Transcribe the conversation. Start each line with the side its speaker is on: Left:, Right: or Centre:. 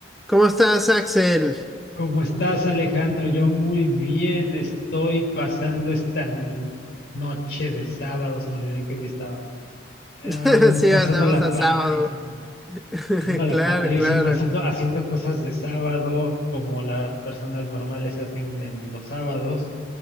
Centre: ¿Cómo estás, Axel?
Left: ¿Cómo estás, Alejandro? Yo muy bien, estoy pasando esta n- noche de sábado, se me olvidó en qué día estábamos. Em,
Centre: <laughs> Sí,
Left: pasándola
Centre: pasamos a
Left: padrísimo,
Centre: sábado. <laughs>
Left: pasándola
Centre: Claro,
Left: padrísimo,
Centre: claro.
Left: haciendo, haciendo cosas de sábado como las personas normales hacen en los sábados